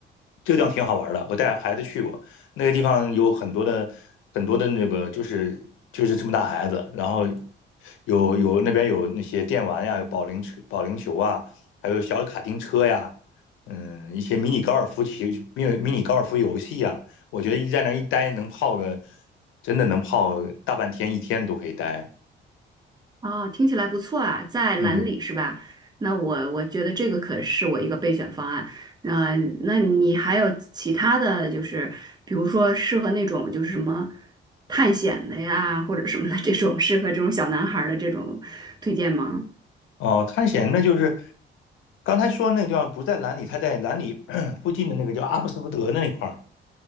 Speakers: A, on the left (about 80°); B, on the right (about 20°).
A: 这个地方挺好玩的，我带孩子去过，那个地方有很多的很多的那个就是就是这么大孩子，然后有有那边有那些电玩呀，有保龄车、保龄球啊，还有小的卡丁车呀，嗯，一些迷你高尔夫球、迷迷你高尔夫游戏呀，我觉得一在那儿一待能泡个真的能泡大半天一天都可以待。
B: 啊，听起来不错啊，在兰里是吧？
A: 嗯哼，
B: 那我我觉得这个可是我一个备选方案。那、那你还有其他的就是，比如说适合那种就是什么探险的呀，或者什么的这种适合这种小男孩儿的这种推荐吗？
A: 哦，探险那就是刚才说那个地方不在兰里，它在兰里 <clears throat> 附近的那个叫阿布斯福德那一块儿。